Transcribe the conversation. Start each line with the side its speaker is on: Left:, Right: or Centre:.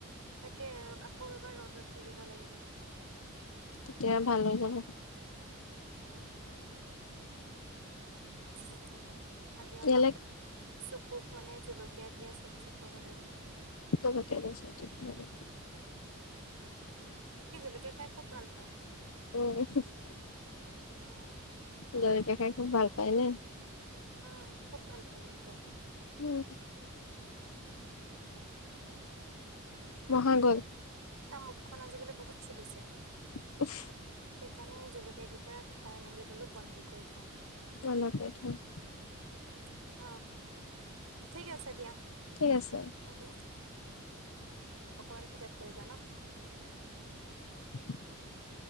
Right: তাকে, আকৌ ৰ'বা ৰ'দত দি দিব লাগিব।
Left: তেতিয়া ভাল হৈ যাব।
Right: উম, হম, হম। তাকেহে, আজি আমাৰ
Left: ইয়ালে
Right: চোকুক মানে জলকীয়া দিয়া চবজি খুৱাব লাগিব।
Left: <unintelligible>
Right: সি জলকীয়া খাই খুব ভাল পায়।
Left: উম, <unintelligible>
Right: উম।
Left: জলকীয়া খাই খুব ভাল পায় নে।
Right: উম, খুব ভাল পাই জলকীয়া খাই।
Left: উম। মোৰ হৈ গ'ল।
Right: তাৰ মুখখন আজিকালি বহুত চলিছে।
Left: <unintelligible>
Right: সেইকাৰণে এই জলকীয়াকেইটা খুৱাই মেলি বুলো বন্ধ কৰি থওঁ।
Left: <unintelligible>
Right: উম, ঠিক আছে দিয়া।
Left: ঠিক আছে।
Right: <unintelligible> অকমান পিছত কৰিবা ন।
Left: <inaudible>